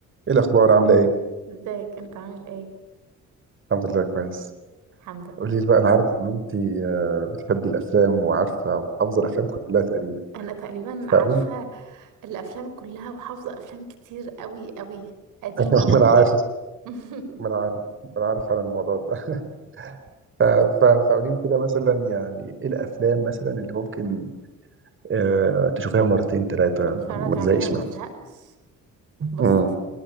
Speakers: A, on the right; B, on the right.
A: ايه الاخبار عامله ايه
B: ازيك انت عامل ايه
A: الحمد لله كويس
B: الحمد لله
A: قولي لي بقى انا عارف ان انت آه، بتحبي الافلام وعارفه وحافظه الافلام كلها تقريبا
B: انا تقريبا عارفه
A: فقولي لي
B: الافلام كلها وحافظه افلام كتير قوي قوي قديمه
A: <laughs>
B: وجديده
A: ما انا عارف
B: <laughs>
A: ما انا عارف ما انا عارف عن الموضوع ده <laughs> ف- فقولي لي كده مثلا يعني ايه الافلام مثلا اللي ممكن آه، تشوفيها مرتين ثلاثه
B: اتفرج
A: ما تزهقش
B: عليها وما
A: منها
B: ازهقش بص
A: امم